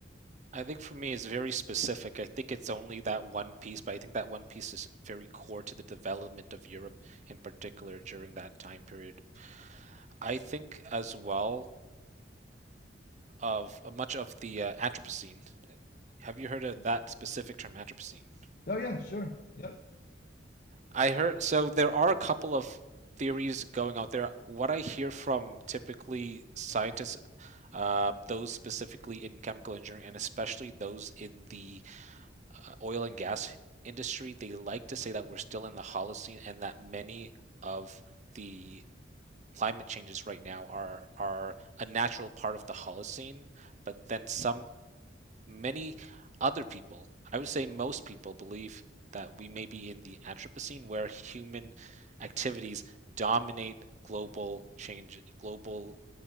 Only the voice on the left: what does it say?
Yeah.
Oh yeah, sure. Yep.